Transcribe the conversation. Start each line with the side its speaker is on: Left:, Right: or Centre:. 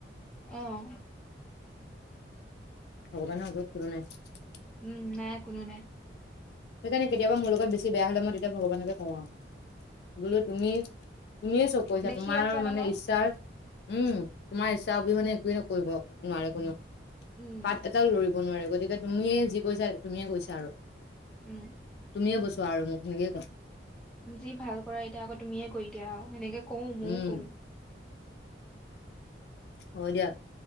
Centre: অ'!
Left: ভগৱানৰ ওপৰত কোনো নাই।
Centre: উম, নাই কোনো নাই।
Left: সেইকাৰণে, কেতিয়াবা মোৰ লগত বেছি বেয়া হ'লে, মই তেতিয়া, ভগৱানকে কওঁ আৰু। বোলোঁ তুমি, তুমিয়ে চব কৰিছা,
Centre: দেখি
Left: তোমাৰ
Centre: আছা নহয়
Left: মানে, ইচ্ছাৰ, উম! তোমাৰ ইচ্ছা অবিহনে, একোৱে কৰিব, নোৱাৰে কোনেওঁ।
Centre: উম!
Left: পাত এটাও লৰিব নোৱাৰে। গতিকে, তুমিয়ে যি কৰিছা, তুমিয়ে কৰিছা আৰু।
Centre: উম!
Left: তুমিয়ে বছোৱা আৰু মোক, সেনেকেই কওঁ।
Centre: যি ভাল কৰা, এতিয়া আকৌ, তুমিয়ে কৰি দিয়া আৰু। সেনেকে কওঁ, মইয়ো
Left: উম,
Centre: কওঁ।
Left: হয় দিয়া!